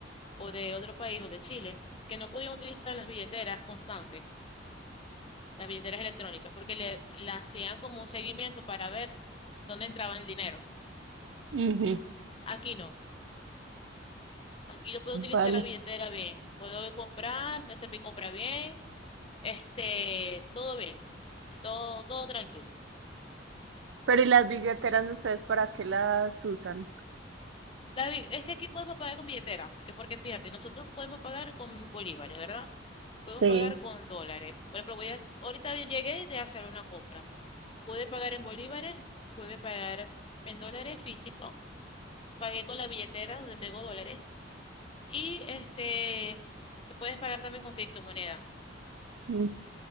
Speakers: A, on the left (about 30°); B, on the right (about 80°).
A: o de otro país, o de Chile, que no podían utilizar las billeteras constantes, las billeteras electrónicas, porque le, la hacían como un seguimiento para ver dónde entraba el dinero.
B: Ujú,
A: Aquí no. Aquí yo puedo
B: Vale.
A: utilizar la billetera bien. Puedo ir a comprar, hacer mi compra bien, este, todo bien, todo, todo tranquilo.
B: Pero ¿y las billeteras ustedes para qué las usan?
A: David, es que aquí podemos pagar con billetera, porque, porque fíjate, nosotros podemos pagar con bolívares, ¿verdad? Podemos
B: Sí.
A: pagar con dólares. Por ejemplo, voy a, ahorita yo llegué de hacer una compra. Pude pagar en bolívares, pude pagar en dólares físicos, pagué con la billetera donde tengo dólares y este se puede pagar también con criptomoneda.
B: Mm,